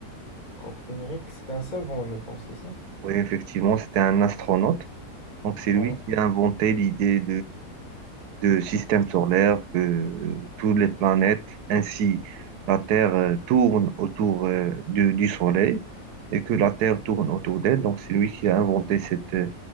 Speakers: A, on the left; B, on the right.
A: Copernic, c'est un savant, je pense, c'est ça?
B: Oui, effectivement, c'était un astronaute. Donc, c'est
A: Ouais,
B: lui qui a inventé l'idée de système solaire, que euh, toutes les planètes, ainsi la Terre euh, tourne autour euh, du, du Soleil et que la Terre tourne autour d'elle. Donc c'est lui qui a inventé cette, euh,